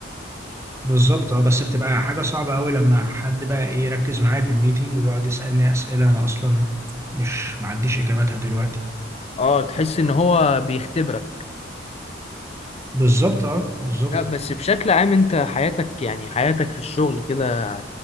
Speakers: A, on the right (about 15°); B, on the left (about 35°).
A: بالظبط اه بس بتبقى حاجة صعبة أوي لما حد بقى إيه يركز معايا في الميتنج ويقعد يسألني أسئلة أنا أصلا مش معنديش إجاباتها دلوقتي
B: اه تحس إن هو بيختبرك
A: بالظبط اه بالظبط
B: لا بس بشكل عام أنت حياتك يعني حياتك في الشغل كده